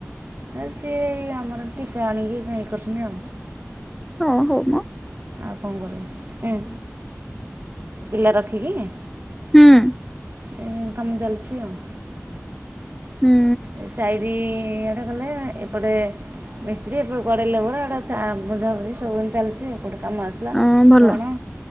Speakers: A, on the right; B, in the centre.
A: ଆ ସିଏ ଆମର ଟିକା ଆଣିକି କଣ ଇଏ କରୁଛନ୍ତି ଆଉ।
B: ହଁ ହଉ ମ।
A: ଆଉ କଣ କରିବୁ ହୁଁ ପିଲା ରଖିକି?
B: ହୁଁ।
A: ଏ କାମ ଚାଲିଛି ଆଉ।
B: ହୁଁ
A: ଏ ସାଇଡ଼ି ଆଡେ ଗଲେ ଏପଟେ ମିସ୍ତ୍ରୀ ଏପଟ ଗଡ଼େ ଲେବର ଏଟା ବୁଝାବୁଝି ସବୁ ଚାଲିଛି ଏପଟେ କାମ ଆସୁଛି ହେଲା
B: ହଁ ଭଲ।
A: କଣ